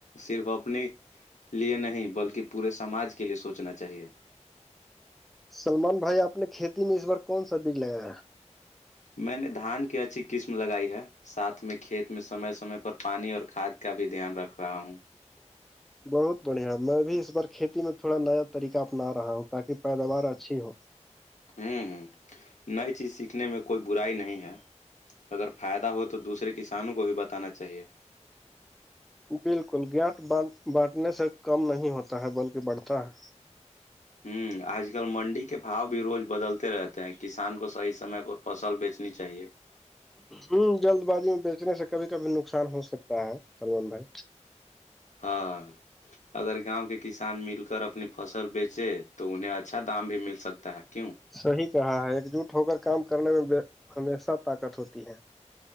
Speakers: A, on the left (about 75°); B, in the centre.
A: صرف اپنی لیے نہیں بلکہ پورے سماج کے لیے سوچنا چاہیے
B: سلمان بھائی آپ نے کھیتی میں اس بار کون سا بیج لگایا ہے
A: میں نے دھان کی اچھی قسم لگائی ہے ساتھ میں کھیت میں سمے سمے پر پانی اور کھاد کا بھی دھیان رکھ رہا ہوں
B: بہت بڑھیا میں بھی اس بار کھیتی میں تھوڑا نیا طریقہ اپنا رہا ہوں تاکہ پیداوار اچھی ہو
A: ہوں ہوں نئی چیز سیکھنے میں کوئی برائی نہیں ہے اگر فائدہ ہو تو دوسرے کسانوں کو بھی بتانا چاہیے
B: بالکل گیٹ بانٹنے سے کم نہیں ہوتا ہے بلکہ بڑھتا ہے
A: ہوں آج کل منڈی کے بھاؤ بھی روز بدلتے رہتے ہیں کسان کو صحیح سمے پر فصل بیچنی چاہیے
B: ہ جلد بازی میں بیچنے سے کبھی کبھی نقصان ہو سکتا ہے سان بھر
A: ہاں اگر گاؤں کے کسان مل کر اپنی فصل بیچے تو انہیں اچھا دام بھی مل سکتا ہے کیوں
B: صحیح کہا ہے ایک جٹ ہو کر کام کرنے میں ہمیشہ طاقت ہوتی ہے